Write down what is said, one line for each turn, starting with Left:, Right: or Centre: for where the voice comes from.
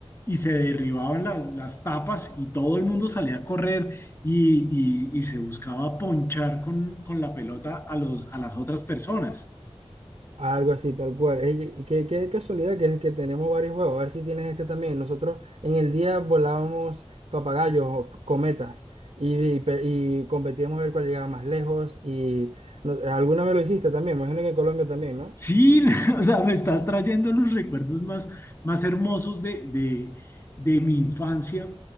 Left: y se derribaban las, las tapas y todo el mundo salía a correr y, y- y se buscaba ponchar con, con la pelota a los, a las otras personas.
Right: Algo así, tal cual. Ey, y qué, qué casualidad que, que tenemos varios juegos. A ver si tienes este también. Nosotros en el día volábamos papagayos o c- cometas y, y, pe- y competíamos a ver cuál llegaba más lejos. Y no- alguna vez lo hiciste también. Me imagino que en Colombia también, ¿no?
Left: Sí, <laughs> o sea, me estás trayendo los recuerdos más, más hermosos de, de- de mi infancia,